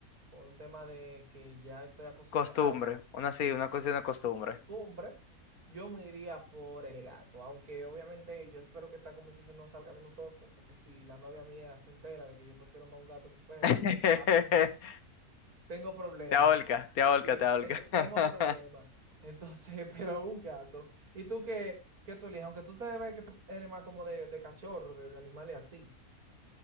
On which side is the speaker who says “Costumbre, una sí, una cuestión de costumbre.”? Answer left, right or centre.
Left